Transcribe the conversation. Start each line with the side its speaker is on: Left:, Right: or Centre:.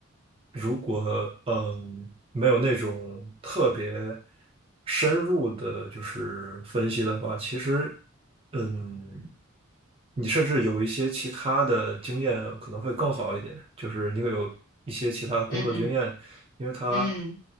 Right: 如果嗯没有那种特别深入的，就是分析的话，其实嗯你甚至有一些其他的经验可能会更好一点，就是你有一些其他的工作经验，
Left: 嗯嗯。
Right: 因为它
Left: 嗯